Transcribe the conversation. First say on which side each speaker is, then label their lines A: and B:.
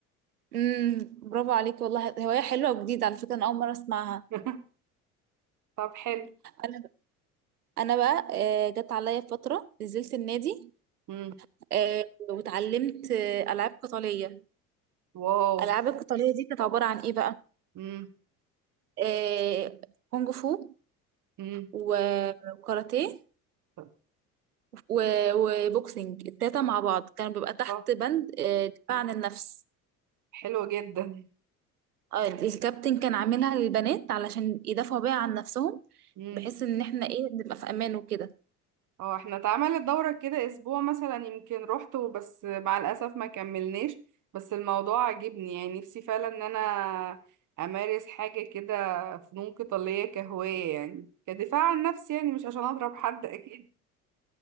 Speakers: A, on the right (about 85°); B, on the right (about 40°).
A: امم برافو عليك والله هواية حلوة وجديدة على فكرة أنا أول مرة أسمعها
B: <laughs> طب حلو
A: أنا أنا بقى آه، جت عليا فترة نزلت النادي
B: مم.
A: آه، واتعلمت آه، ألعاب قتالية
B: واو
A: الألعاب القتالية دي كانت عبارة عن إيه بقى
B: مم.
A: آه، كونج فو
B: مم.
A: و- وكاراتيه
B: طب
A: و- وبوكسينج التلاتة مع بعض كانوا بيبقى تحت
B: آه،
A: بند آه، دفاع عن النفس
B: حلو جدا
A: آه، الكابتن كان عاملها للبنات علشان يدافعوا بيها عن نفسهم
B: مم.
A: بحيث إن إحنا إيه نبقى في أمان وكده
B: اه احنا اتعملت دورة كده أسبوع مثلا يمكن روحته بس مع الأسف ما كملناش بس الموضوع عجبني يعني نفسي فعلا إن أنا أمارس حاجة كده فنون قتالية كهواية يعني كدفاع عن نفسي يعني مش عشان أضرب حد أكيد